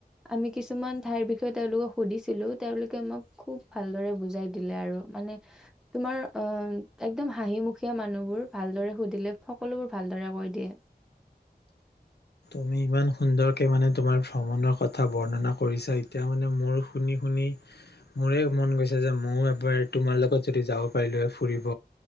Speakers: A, in the centre; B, on the left.
A: আমি কিছুমান ঠাইৰ বি বিষয় তেওঁলোকক সুধিছিলো তেওঁলোকে মোক খুব ভালদৰে বুজাই দিলে আৰু মানে তোমাৰ আহ একদম হাঁহিমুখীয়া মানুহবোৰ ভালদৰে সুধিলে সকলোবোৰ ভালদৰে কৈ দিয়ে
B: তুমি ইমান সুন্দৰকে মানে তোমাৰ ভ্ৰমণৰ কথা বৰ্ণনা কৰিছা এতিয়া মানে মোৰ শুনি শুনি মোৰে মন গৈছে যে ময়ো এবাৰ তোমাৰ লগত যদি যাব পাৰিলোঁ হয় ফুৰিব